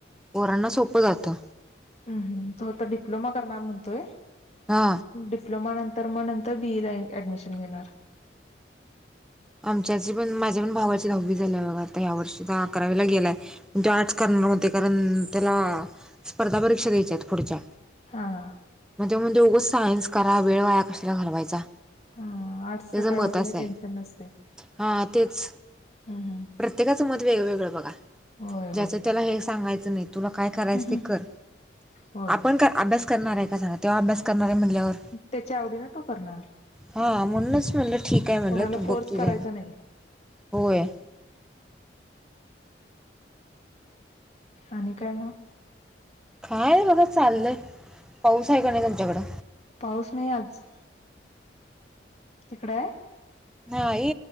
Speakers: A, in the centre; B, on the left.
A: पोरांना सोपं जातं.
B: ह् हम्म तो आता डिप्लोमा करणार म्हणतोय.
A: हा
B: डिप्लोमा नंतर मग नंतर बीई ला ऍडमिशन मिळणार.
A: आ पण माझ्या पण भावाची दहावी झा ब आता ह्या वर्षी अकरावीला गेलाय ते आर्ट करणार होते. कारण त्याला स्पर्धा परीक्षा द्यायच्या आहेत पुढच्या.
B: हा हा
A: मग ते म्हणगंच सायन्स करा वेळ वाया कशाला घालवायचा.
B: ह आर्ट्सच
A: त्याचं
B: का
A: मत
B: एवढं
A: असं
B: टेन्शन
A: आहे
B: नसते.
A: हा तेच.
B: हम्म हम्म
A: प्रत्येकाचं मत वेगवेगळं बघा
B: होय
A: ज्याच
B: होय.
A: त्याला हे सांगायचं नाही तुला काय करायच
B: हम्म हम्म.
A: ते कर
B: होय
A: आपण का अभ्यास करणार हाय का सांगा तो अभ्या करणार म्हणल्यावर
B: त्याच्या आवडीनं तो करणार.
A: हा म्हणून म्हणलं ठीक आहे मम्हणलं
B: कोणाला
A: तू
B: फोर्स
A: बघ काय
B: करायचा नाही
A: होय.
B: आणि काय मग.
A: काय बघ चाललंय पाऊस आहे का नाही तुमच्याकडं.
B: पाऊस नाही आज. तिकडे हाय.
A: नाही